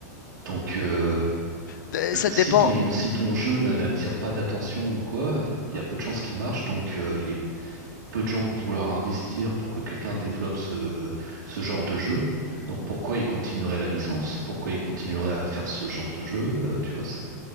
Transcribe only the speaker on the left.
D- Ça dépend.
euh,